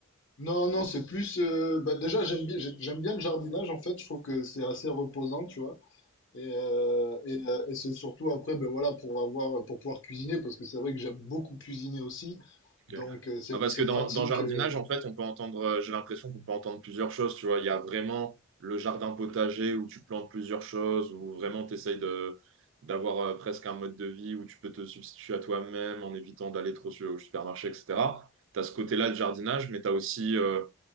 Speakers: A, on the left; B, on the right.
A: Non, non, c'est plus. euh, bah déjà, j'aime bien, j'ai- j'aime bien le jardinage, en fait. Je trouve que c'est assez reposant, tu vois. Et, euh, et, euh, et c'est surtout après, ben voilà, pour avoir, pour pouvoir cuisiner, parce que c'est vrai que j'aime beaucoup cuisiner aussi. Donc,
B: Ok.
A: euh, c'est,
B: Ah, parce
A: c'est
B: que dans,
A: pratique.
B: dans jardinage,
A: euh.
B: en fait, on peut entendre, euh, j'ai l'impression qu'on peut entendre plusieurs choses, tu vois. Il y a vraiment le jardin potager où tu plantes plusieurs choses, où vraiment tu essayes de, d'avoir euh, presque un mode de vie où tu peux te substituer à toi-même en évitant d'aller trop su- au supermarché, etc. Tu as ce côté-là de jardinage, mais tu as aussi euh,